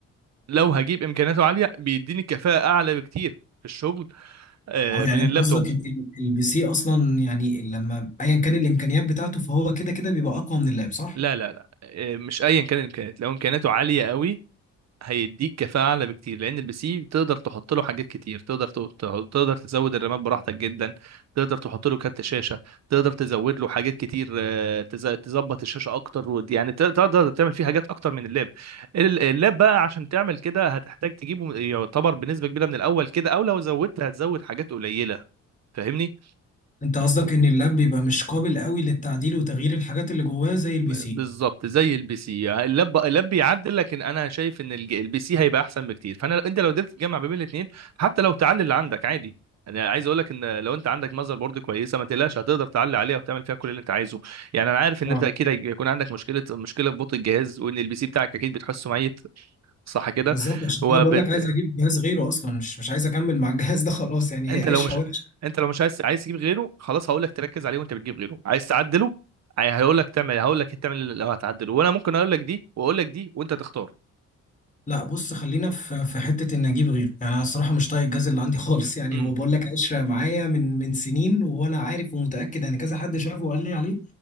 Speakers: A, on the right; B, on the left.
A: لو هجيب امكانياته عاليه بيديني كفاءه اعلى بكتير في الشغل آه،
B: اه يعني
A: من
B: انت
A: اللابتوب
B: قصدك ال- ال- البي سي اصلا يعني لما ايا كان الامكانيات بتاعته فهو كده كده بيبقى اقوى من اللاب صح
A: لا لا لا آه، مش ايا كان الامكانيات لو امكانياته عاليه قوي هيديك كفاءة أعلى بكتير لأن البي سي تقدر تحط له حاجات كتير تقدر ت- ت- تقدر تزود الرامات براحتك جدا تقدر تحط له كارت شاشة تقدر تزود له حاجات كتير آه، تز- تظبط الشاشة أكتر ود- يعني ت- تقدر تعمل فيه حاجات أكتر من اللاب ال- اللاب بقى عشان تعمل كده هتحتاج تجيبه يعتبر بنسبة كبيرة من الأول كده أو لو زودت هتزود حاجات قليلة فاهمني؟
B: انت قصدك ان اللاب بيبقى مش قابل قوي للتعديل وتغيير الحاجات اللي جواه زي البي
A: بالظبط
B: سي
A: زي البي سي اللاب اللاب بيعدل لكن انا شايف ان الج- البي سي هيبقى احسن بكتير فانا انت لو قدرت تجمع ما بين الاثنين حتى لو تعلي اللي عندك عادي انا عايز اقول لك ان لو انت عندك ماذر بورد كويسه ما تقلقش هتقدر تعلي عليها وتعمل فيها كل اللي انت عايزه يعني انا عارف ان
B: اه
A: انت اكيد هيكون عندك مشكله مشكله في بطء الجهاز وان البي سي بتاعك اكيد بتحسه ميت صح كده
B: بالظبط عشان
A: وبت...
B: كده بقول لك عايز اجيب جهاز غيره اصلا مش مش عايز اكمل مع الجهاز ده خلاص يعني
A: انت
B: هي عشره
A: لو مش
B: وحشه
A: انت لو مش عايز عايز تجيب غيره خلاص هقول لك تركز عليه وانت بتجيب غيره عايز تعدله هقول لك تعمل هقول لك تعمل لو هتعدله وانا ممكن اقول لك دي واقول لك دي وانت تختار
B: لا بص خلينا في في حته ان اجيب غيره يعني انا الصراحه مش طايق الجاز اللي عندي <laughs> خالص يعني
A: امم
B: هو بقول لك قشره معايا من من سنين وانا عارف ومتاكد يعني كذا حد شافه وقال لي عليه